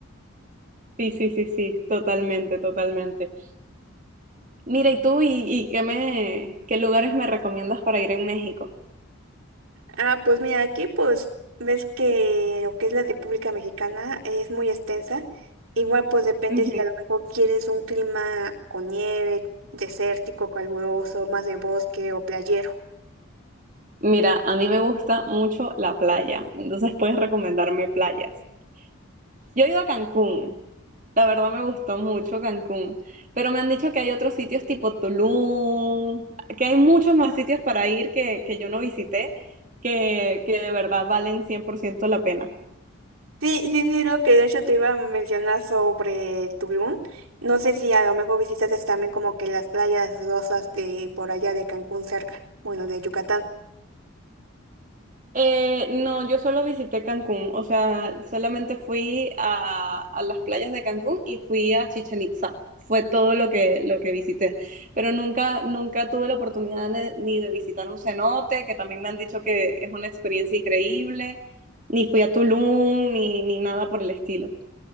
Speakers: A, on the right; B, on the right.
A: Sí, sí, sí, sí, totalmente, totalmente. Mira, ¿y tú y, y qué me, qué lugares me recomiendas para ir en México?
B: Ah, pues mira, aquí pues ves que lo que es la República Mexicana es muy extensa. Igual pues depende
A: Ujú.
B: si a lo mejor quieres un clima con nieve, desértico, caluroso, más de bosque o playero.
A: Mira, a mí me gusta mucho la playa, entonces puedes recomendarme playas. Yo he ido a Cancún, la verdad me gustó mucho Cancún, pero me han dicho que hay otros sitios tipo Tulum, que hay muchos más sitios para ir que, que yo no visité, que, que de verdad valen 100% la pena.
B: Sí, sí, sí, lo que de hecho te iba a mencionar sobre Tulum. No sé si a lo mejor visitas también como que las playas rosas de por allá de Cancún cerca, bueno, de Yucatán.
A: Eh, no, yo solo visité Cancún, o sea, solamente fui a, a las playas de Cancún y fui a Chichen Itza. Fue todo lo que, lo que visité. Pero nunca, nunca tuve la oportunidad ne- ni de visitar un cenote, que también me han dicho que es una experiencia increíble, ni fui a Tulum, ni, ni nada por el estilo.